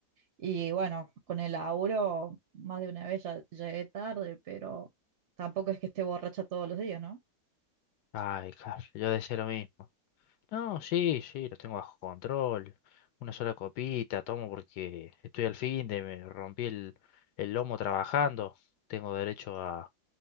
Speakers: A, on the right; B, on the left.
A: Y bueno, con el laburo, más de una vez ya llegué tarde, pero tampoco es que esté borracha todos los días, ¿no?
B: Ay, claro, yo decía lo mismo. No, sí, sí, lo tengo bajo control. Una sola copita tomo porque estoy al fin de, me rompí el, el lomo trabajando. Tengo derecho a,